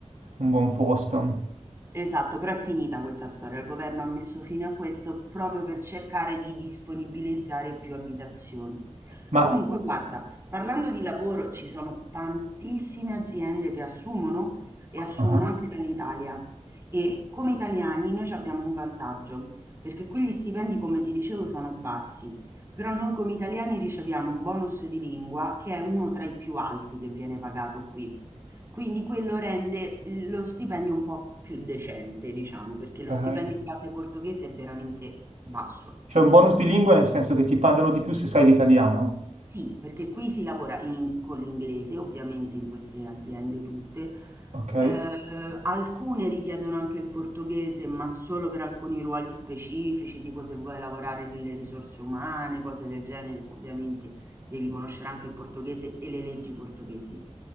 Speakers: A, on the right (about 85°); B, on the right (about 20°).
A: un buon posto.
B: Esatto, però è finita questa storia. Il governo ha messo fine a questo proprio per cercare di disponibilizzare più abitazioni.
A: Ma
B: Comunque, guarda, parlando di lavoro, ci sono tantissime aziende che assumono e
A: ah,
B: assumono anche dall'Italia. E come italiani noi ci abbiamo un vantaggio, perché qui gli stipendi, come ti dicevo, sono bassi, però noi come italiani riceviamo un bonus di lingua che è uno tra i più alti che viene pagato qui. Quindi quello rende lo stipendio un po' più decente, diciamo, perché lo
A: ok.
B: stipendio in base portoghese è veramente basso.
A: C'è un bonus di lingua nel senso che ti pagano di più se sai l'italiano?
B: Sì, perché qui si lavora in con l'inglese, ovviamente in queste aziende tutte.
A: Ok,
B: Ehm, alcune richiedono anche il portoghese, ma solo per alcuni ruoli specifici, tipo se vuoi lavorare nelle risorse umane, cose del genere, ovviamente devi conoscere anche il portoghese e le leggi portoghesi.